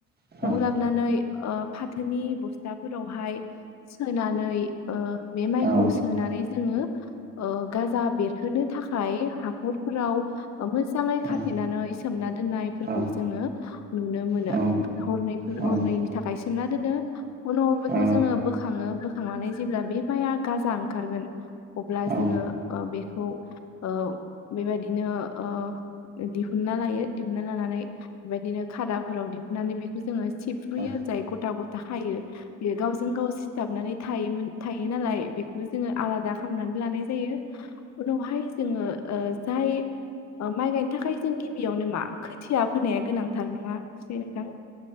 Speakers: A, on the right; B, on the left.
A: औ
B: न'वाव
A: औ
B: लाबनानै ओ फाथोनि बस्था फोरावहाय सोनानै ओ बे माइखौ
A: औ
B: सोनानै जोङो ओ गाजा बेरहोनो थाखाय हा रफोराव ओ मोजाङै खा
A: ओ
B: थेनानै सोमना दोननायफोरखौ
A: औ
B: जोङो नुनो मोनो
A: औ
B: हरनैफोर
A: औ
B: हरनैनि
A: नंगौ
B: थाखाय सोमना दोनो उनाव बेखौ
A: औ
B: जोङो बोखाङो बोखांनानै जेब्ला बे माइआ गाजा ओंखारगोन अब्ला
A: औ
B: जोङो ओ बेखौ ओ बेबायदिनो ओ दिहुनना लायो दिहुनन्ना लानानै बेबायदिनो खादाफोराव दिहुननानै बेखौ जोङो सिबफ्रुयो
A: औ
B: जाय गथा गथा हायो बेयो गावजों गाव सिथाबनानै थायोमोन थायो नालाय बेखौ बो जोङो आलादा खामनानै लानाय जायो उनावहाय जोङो ओ जाय ओ माइ गायनो थाखाय जों गिबियावनो मा खोथिया फोनाया गोनां थार नङासै नोंथां